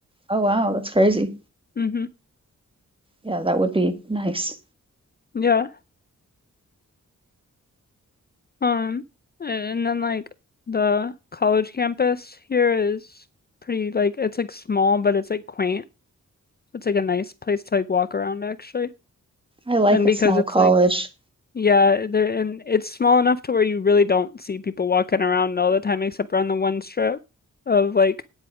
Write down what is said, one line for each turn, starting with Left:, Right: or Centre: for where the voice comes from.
Right: Oh wow, that's crazy.
Left: hmm
Right: Yeah, that would be nice.
Left: Yeah. Um and then like the college campus here is pretty like it's like small, but it's like quaint. It's like a nice place to like walk around actually.
Right: I like
Left: And
Right: a
Left: because
Right: small
Left: it's
Right: college.
Left: like Yeah, there and it's small enough to where you really don't see people walking around all the time except around the one strip of like